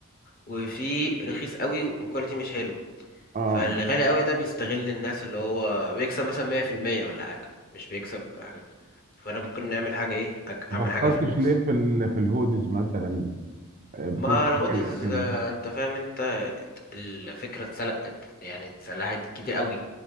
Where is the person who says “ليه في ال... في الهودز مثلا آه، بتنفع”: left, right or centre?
Right